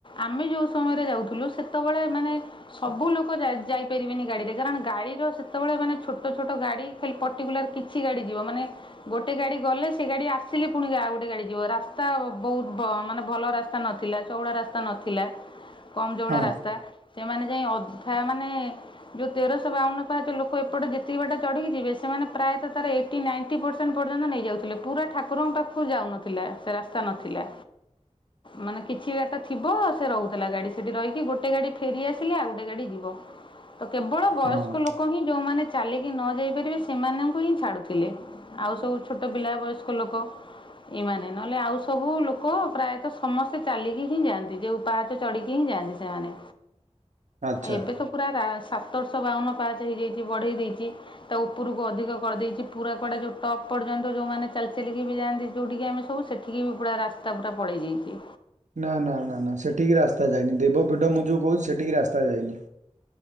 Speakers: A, on the left; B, on the right.
A: ଆମେ ଯେଉ ସମୟରେ ଯାଉଥିଲୁ ସେତେବେଳେ ମାନେ ସବୁ ଲୋକ ଯାଇପାରିବେନି ଗାଡିରେ କାରଣ ଗାଡିର ସେତେବେଳେ ମାନେ ଛୋଟ ଛୋଟ ଗାଡି ଖାଲି ପର୍ଟିକୁଲାର କିଛି ଗାଡ଼ି ଯିବ ମାନେ ଗୋଟେ ଗାଡି ଗଲେ ସେ ଗାଡି ଆସିଲେ ପୁଣି ଆଉ ଗୋଟେ ଗାଡି ଯିବ ରାସ୍ତା ବହୁତ ମାନେ ଭଲ ରାସ୍ତା ନଥିଲା। ଚଉଡ଼ା ରାସ୍ତା ନଥିଲା କମ ଚଉଡ଼ା
B: ହଁ
A: ରାସ୍ତା। ସେମାନେ ଯାଇ ଅଧା ମାନେ ଯୋଉ ତେରଶହ ବାଉନ ପାଞ୍ଚ ଲୋକ ଏପଟେ ଯେତିକି ବାଟା ଚଢିକି ଯିବେ ସେମାନେ ପ୍ରାୟତଃ ତାର ଏଇ ନାଇ ପରସେଣ୍ଟ ପର୍ଯ୍ୟନ୍ତ ନେଇ ଯାଉଥିଲେ ପୁରା ଠାକୁରଙ୍କ ପାଖକୁ ଯାଉନଥିଲେ। ଥିଲା ସେ ରାସ୍ତା ନଥିଲା। ମାନେ କିଛି ବାଟ ଥିବ ସେ ରହୁଥିଲା ଗାଡ଼ି ସେଇଠି ରହିକି ଗୋଟେ ଗାଡ଼ି ଫେରିଆସିଲେ ଆଉ ଗୋଟେ ଗାଡ଼ି ଯିବ। ତ କେବଳ ବୟସ୍କ
B: ହଁ
A: ଲୋକ ହିଁ ଯୋଉମାନେ ଚାଲିକି ନ ଯାଇପାରିବେ ସେମାନଙ୍କୁ ହିଁ ଛାଡ଼ୁଥିଲେ ଆଉ ସବୁ ଛୋଟ ପିଲା ବୟସ୍କ ଲୋକ ଏମାନେ ନହେଲେ ଆଉ ସବୁ ଲୋକ ପ୍ରାୟତଃ ସମସ୍ତେ ଚାଲିକି ହିଁ ଯାଆନ୍ତି ଯୋଉ ପାହାଠ ଚଢ଼ିକି ହିଁ ଯାଆନ୍ତି ସେମାନେ।
B: ଆଚ୍ଛା
A: ଏବେ ତ ପୁରା ସାତରଶହ ବାଉନ ପାଚ ହେଇଯାଇଛି ବଢେଇ ଦେଇଛି। ତା ଉପରକୁ ଅଧିକ କରିଦେଇଛି ପୁରା କୁଆଡ଼ା ଯେଉଁ ଟପ୍ର୍ଯ୍ୟ ଯେଉଁମାନେ ଚାଲିକି ବି ଯାଆନ୍ତି ଯେଉଁଠିକି ଆମେ ସବୁ ସେଠିକି ବି ପୁରା ରାସ୍ତା ପୁରା ପଳେଇ ଯାଇଛି।
B: ନା ନା ନା ନା ସେଠିକି ରାସ୍ତା ଯାଇନି ଦେବପୀଠ ମୁଁ ଯେଉଁ କହୁଛି ସେଠିକି ରାସ୍ତା ଯାଇନି।